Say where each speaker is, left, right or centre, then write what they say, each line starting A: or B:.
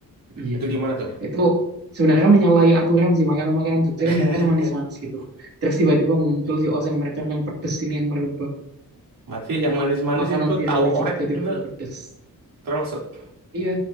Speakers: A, on the right; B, on the right.
A: Iya.
B: Itu gimana tuh?
A: Itu sebenarnya menyalahi aturan sih makanan-makanan Jogja
B: <laughs>
A: kan harusnya manis-manis gitu. Terus tiba-tiba muncul si oseng mercon yang pedes ini yang merubah
B: Berarti yang manis-manis
A: makanan
B: itu
A: viral
B: tahu
A: di Jogja
B: orek
A: tiba-tiba
B: itu
A: pedes.
B: termasuk
A: Iya,